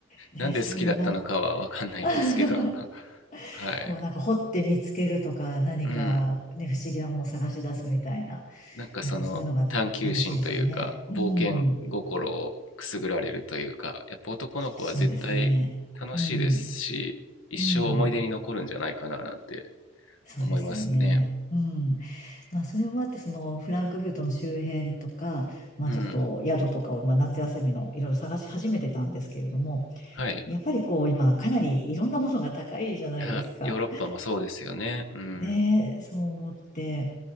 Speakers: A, on the left (about 40°); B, on the left (about 70°).
A: ね、
B: なんで好きだったのかはわかんないんですけど
A: そういうのなん <laughs>
B: <laughs> はい。
A: こうなんか掘って見つけるとか何かね、
B: うん。
A: 不思議なものを探し出すみたいな、
B: なんかその探求心というか、
A: なんかそういうのが楽しいんでしょうね。うん。
B: 冒険心をくすぐられるというか、やっぱ男の子は絶対楽しいですし、
A: きっとそうですね。うん。
B: 一生思い出に残るんじゃないかななんて
A: うん。そうですよね。
B: 思いますね。
A: うん。まあそれもあって、そのフランクフルトの周辺とか、まあちょっと宿とかを、
B: うん。
A: まあ、夏休みのいろいろ探し始めてたんですけれども、
B: はい。
A: やっぱりこう今かなりいろんなものが高いじゃないですか。
B: あ、ヨーロッパもそうですよね。うん。
A: ねえ、そう思って。